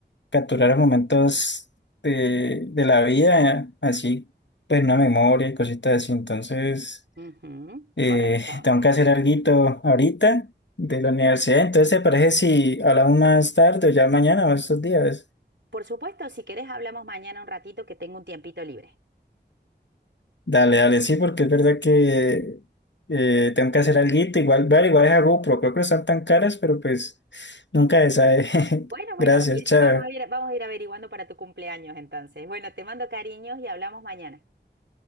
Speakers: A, on the left; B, on the right.
A: capturar momentos de, de la vida, así, pues una memoria y cositas así, entonces.
B: Ujú,
A: Eh,
B: correcto.
A: tengo que hacer algo ahorita de la universidad, entonces ¿te parece si hablamos más tarde o ya mañana o estos días?
B: Por supuesto, si querés hablamos mañana un ratito que tengo un tiempito libre.
A: Dale, dale, sí, porque es verdad que eh, tengo que hacer algo igual, vale, igual es a GoPro, creo que no están tan caras, pero pues nunca se sabe.
B: Bueno,
A: <laughs>
B: bueno,
A: Gracias,
B: y
A: chao,
B: vamos a ir, vamos a ir averiguando para tu cumpleaños entonces. Bueno, te mando cariños y hablamos mañana.